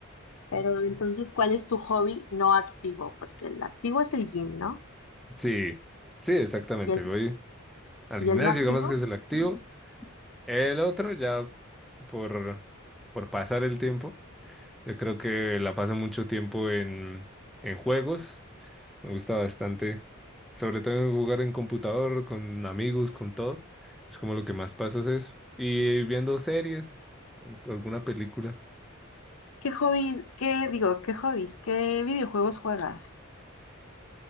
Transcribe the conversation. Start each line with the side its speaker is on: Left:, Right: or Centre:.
Left: Pero entonces, ¿cuál es tu hobby no activo? Porque el activo es el gym, ¿no?
Centre: Sí, sí, exactamente.
Left: ¿Y el,
Centre: Voy al
Left: y
Centre: gimnasio,
Left: el no activo?
Centre: digamos que se lo activo. El otro ya por, por pasar el tiempo. Yo creo que la paso mucho tiempo en, en juegos. Me gusta bastante. Sobre todo jugar en computador, con amigos, con todo. Es como lo que más paso es eso. Y viendo series, alguna película.
Left: ¿Qué hobbies, qué digo, qué hobbies, qué videojuegos juegas?